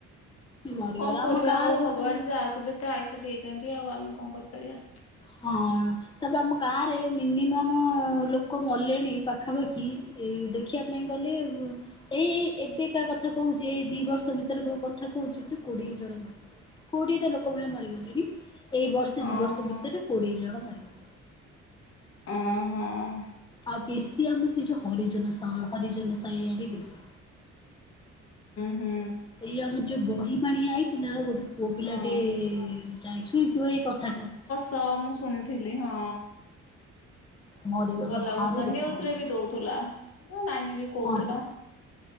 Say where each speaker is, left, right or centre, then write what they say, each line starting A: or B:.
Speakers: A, on the left; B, on the left.
A: ମରିଗଲା
B: କଣ କରିବା
A: ଆମ ଗାଁରେ
B: ଆଉ ଭଗବାନ
A: ଗୋଟିଏ
B: ଯାହାକୁ ଯେତେ ଆୟୁଷ ଦେଇଛନ୍ତି ଆଉ ଆମେ କଣ କରିପାରିବା।
A: ହଁ। ତାପରେ ଆମ ଗାଁ ରେ ମିନିମମ ଲୋକ ମଲେଣି ପାଖାପାଖି ଏ ଦେଖିବା ନାଇଁ ଗଲେ ଏଇ ଏବେ କା କଥା କହୁଛି ଏଇ ଦି ବର୍ଷ ଭିତରେ କୋଉ କଥା କହୁଛିତି କୋଡିଏ ଜଣ ମରିଗଲେଣି। କୋଡିଏଟା ଲୋକ ଭଳିଆ ମରିଗଲେଣି ଏଇ ବର୍ଷେ
B: ହଁ
A: ଦି ବର୍ଷ
B: ହଁ
A: ଭିତରେ କୋଡିଏ ଜଣ ମରିଗଲେ।
B: ଅ ହଁ।
A: ଆଉ ବେଶୀ ଆମର ସେ ଯୋଉ ହରିଜନ ସ ହରିଜନ ସାଇଆଡେ ବେଶୀ।
B: ହୁଁ ହୁ।
A: ଏଇ ଆମର ଯୋଉ ବଢି ପାଣି ଆଇଥିଲା ଗୋଟେ ପୁଅ ପିଲାଟେ
B: ହଁ।
A: ଯାଇ ଶୁଣିଥିବ ଏଇ କଥାଟା।
B: ତ ମୁଁ ଶୁଣୀଥିଲି ହଁ।
A: ମରିଗଲା
B: ଗଲା
A: ଭାରି
B: ବର୍ଷ
A: ଦୁଃଖ
B: ନ୍ୟୁଜ
A: ଲାଗିଲା
B: ରେ ବି ଦଉଥିଲା। ମୋ ନାନୀ ବି କହୁଥିଲା
A: ହଁ ପା।